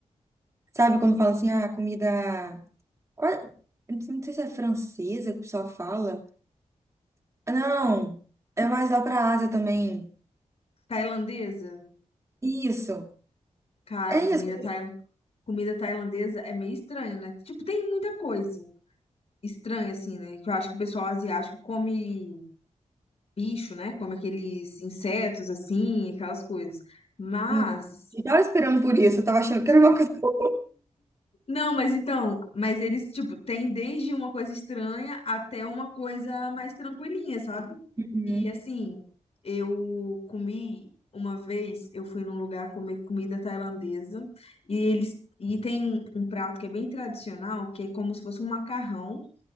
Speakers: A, on the right; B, on the left.
A: Sabe quando fala assim, ah, comida. Qua- eu Não sei não sei se é francesa que o pessoal fala. Ah, Não, é mais lá pra Ásia também.
B: <laughs> Tailandesa?
A: Isso.
B: Cara,
A: É isso.
B: comida, tai- comida tailandesa é meio estranho, né? Tipo, tem muita coisa. estranha, assim, né? Que eu acho que o pessoal asiático come bicho, né? Come aqueles insetos, assim, aquelas coisas. Mas,
A: Eu eu tava esperando por isso, eu tava achando que era uma coisa. <laughs>
B: não, mas então, mas eles, tipo, tem desde uma coisa estranha até uma coisa mais tranquilinha, sabe?
A: Uhum.
B: E, assim, eu comi uma vez, eu fui num lugar comer comida tailandesa e eles. E tem um prato que é bem tradicional, que é como se fosse um macarrão,